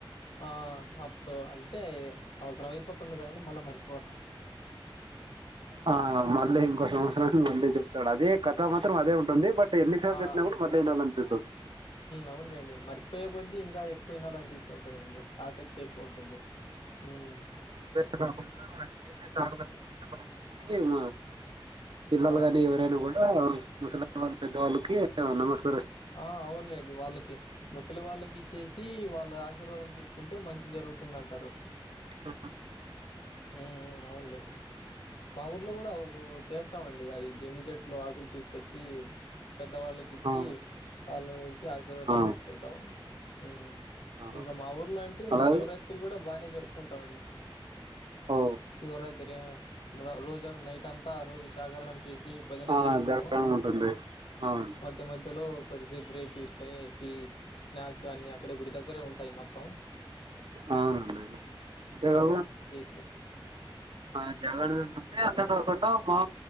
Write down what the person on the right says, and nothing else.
ఆ మళ్ళ ఇంకో సంవత్సరం అందే చెప్తాడు అదే కథ మాత్రం అదే ఉంటుంది బట్ ఎన్నిసార్లు
చెప్పినా కూడా
మళ్ళీ వినాలనిపిస్తుంది
అంతే కాకుండా జ ఆడ తీసుకుొనిసి ఏమ పిల్లలు
గానీ ఎవరైనా కూడా ముసలమా పద్దలుకి నమస్క
ఆ
ఆ,
ఆ,
ఆ.
అలాగే
ఓ
ఆ
జగడం ఉంటుంది అవును
అవునండి అంతేకదా.
ఆహ్ జగరణ పెట్టుకుంటే అర్థం కాకుండా మా